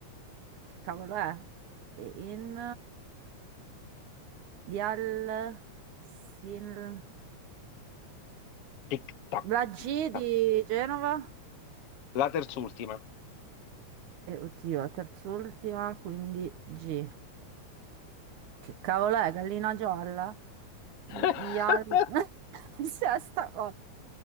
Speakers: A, on the right; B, on the left.
A: che cavolo è? E In Vial Sin
B: Tic-tac,
A: la G
B: tic-tac.
A: di Genova?
B: La terz'ultima.
A: E oddio, la terz'ultima, quindi G. Che cavolo è? Gallina gialla?
B: <laughs>
A: Ial... <laughs> Sesta cosa.